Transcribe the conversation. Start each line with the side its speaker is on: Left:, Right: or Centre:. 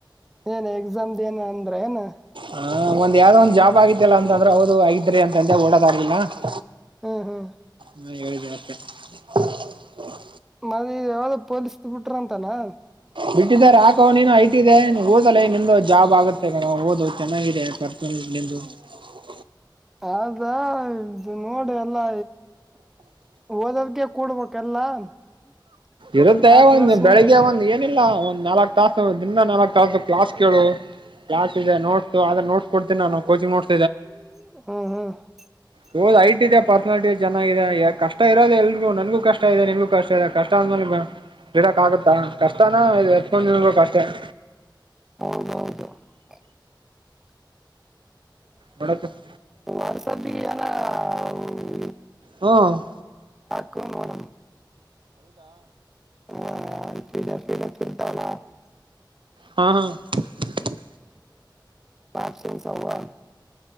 Centre: ಏನ್, ಎಕ್ಸಾಮ್ದ, ಏನು, ಅಂದ್ರ ಏನೂ. <inaudible>
Right: ಹಾ, ಒಂದು, ಯಾವ್ದೋ, ಒಂದ ಜಾಬ್ ಆಗಿತಿಲ್ಲ ಅಂದ್ರೆ ಹೌದು ಆಗಿದ್ರಿ ಅಂದೆ ಓಡದ ಆಲಿಲ್ಲಾ. <inaudible>
Centre: ಹ್ಮ್, ಹ್ಮ್. <inaudible>
Right: <unintelligible> <inaudible> <unintelligible> <inaudible>
Centre: ಮೊನ್ನೆ, ಯಾವ್ದ ಪೋಲಿಸ ಬಿಟ್ರ ಅಂತ. <inaudible> ತಾನ.. <inaudible>
Right: ಬಿಟ್ಟಿದ್ದಾರೆ, ಹಾಕೋನೆ ಹೈಟಿಗೆ, ಹೋದಲೈ, ನಿಮ್ದು ಜಾಬ್ ಆಗುತ್ತೆ ಓದದು ಚೆನ್ನಾಗಿದೆ, ಪರ್ಸು. <inaudible> ಎಲ್ಲಿ ನಿಂದು.. <unintelligible>
Centre: ಹೌದ, ಇದು ನೋಡು,, ಎಲ್ಲಾ ಓದೋದಿಕ್ಕೆ ಕೊಡಬೇಕಾ ಎಲ್ಲ. <unintelligible>
Right: ಇರುತ್ತೆ,
Centre: ಆತದ
Right: ಒಂದು,
Centre: ಸುಮ್ನೆ
Right: ಬೆಳಿಗ್ಗೆ ಒಂದ್ ಏನಿಲ್ಲ! ಒಂದ್ ನಾಲ್ಕ್. <unintelligible> ಕ್ಲಾಸು, ತಕೋ, ದಿನ ನಾಲ್ಕಕ್, ತಾಸು ಕ್ಲಾಸ್ ಕೇಳ ಕ್ಲಾಸ್, ಇದೆ ನೋಟ್ಸ ಅ ಆದ್ರ ನೋಟ್ಸ್ ಕೊಡ್ತೀನೀ ನಾನು ಕೋಚಿಂಗ್, ನೋಟ್ಸ್. <unintelligible>
Centre: ಹ್ಮ, ಹಾ. ಹಾ. <unintelligible>
Right: ಹೋದ್, ಐಟ್, ಇದೆ ಪರ್ಸನಾಲಟಿ, ಚೆನ್ನಾಗಿ, ಇದೆ ಯ, ಕಷ್ಟ ಇರೋದೆ ಎಲ್ರಿಗೂ ನನ್ಗೂ, ಕಷ್ಟ ಇದೆ ನಿನ್ಗೂ ಕಷ್ಟ ಇದೆ ಕಷ್ಟ. <inaudible> ಕಷ್ಟ, ಅಂದ ಬಿಡಕ್, ಆಗುತ್ತಾ ಕಷ್ಟಾನ, ಎತ್ತಿಕೊಂಡು ಇರಬೇಕು ಅಷ್ಟೇ? <inaudible>
Centre: ಹೌದೌದು.. <unintelligible>
Right: ಮಾಡಕ್ಕ. <unintelligible>
Centre: ಹೊಸ ದೀನಾ, ನಾ. <unintelligible>
Right: ಹಾ.. <inaudible>
Centre: ಹಾ. <inaudible> ಹ, ಸೀಡ, ಸೀಡ, ಚಿತ್ತಾಲ. <unintelligible>
Right: ಹಾ, ಹಾ. <unintelligible>
Centre: ಏನು, ಸಮಾಚಾರ. <unintelligible>